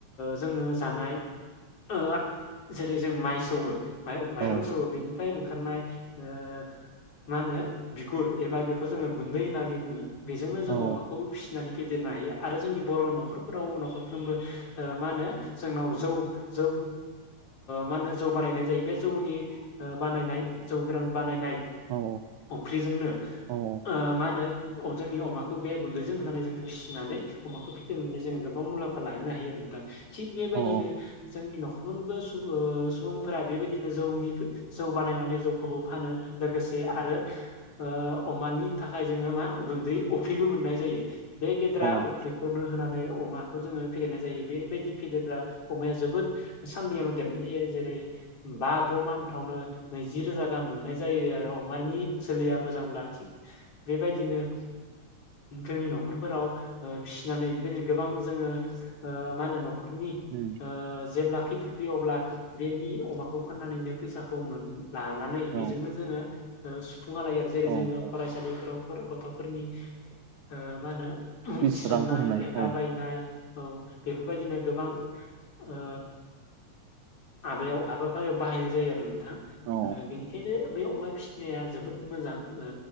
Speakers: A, on the left (about 50°); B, on the right (about 80°).
A: जोङो जानाय ओ जेरै- जों माइ सौवो माइरं
B: औ
A: सौवो बेनिफ्राय ओंखारनाय ओ माहोनो बिगुर एबा बेखौ जोङो गुन्दै होननानै बुङो बेजोंनो जों
B: औ
A: अमाखौ फिसिनानै फेदेरनो हायो। आरो जोंनि बर' न'खरफोराव न'खरफ्रोमबो मा होनो जोंनाव जौ जौ माहोनो जौ बानायनाय जायो बे जौनि बानायनाय जौ गोरान बानायनाय
B: औ
A: अफ्रिजोंनो
B: औ
A: ओ मा होनो जोंनि अमाखौ बे गुन्दैजों होनानै जोङो फिसिनानै अमाखौ फिदेरनानै जोंङो गोबां मुलाम्फा लानो हायो आरो नोंथां। थिग बेबायदिनो
B: औ
A: जोंनि न'खर फ्रोमबो सुबुं ओ सुबुंफोरा बेबायदिनो जौनि जौ बानायनानै जौखौबो फानो, लोगोसे आरो ओ अमानि थाखाय जोङो मा गुन्दै अफ्रिबो मोननाय जायो बे गेद्रा
B: औ
A: अफ्रि खौनो होनानै अमाखौ जोङो फेदेरनाय जायो, बेबायदि फेदेरग्रा अमाया जोबोद साननैयावनो देरनाय जायो जेरै- बा द' मानथावनो नैजि रोजा गाहाम मोननाय जायो आरो अमानि जोलैया मोजांब्ला थिग बेबायदिनो जोंनि न'खरफोराव ओ फिसिनानै बेबायदिनो गोबां जोङो ओ मा होनो न'खरनि
B: उम
A: ओ जेब्ला खैफोद फैयो अब्ला बेनि अमाखौ फाननानैनो फैसाखौ मोन लानानै
B: औ
A: बेजोंनो जोङो ओ सुफुना लायो आरो। जेरै-
B: औ
A: जोङो
B: औ
A: फरायसालिफोराव गथ'फोरनि ओ मा होनो मुं
B: फिस
A: थिसननाय
B: रांफोर होनाय
A: लेखा
B: औ
A: बायनाय औ बे बेफोरबायदिनो गोबां ओ हाबायाव हाबाफारियाव बाहायनाय जायो आरो थां
B: औ
A: ओ बिनिखायनो बे अमा फिनाया जोबोद मोजां ओ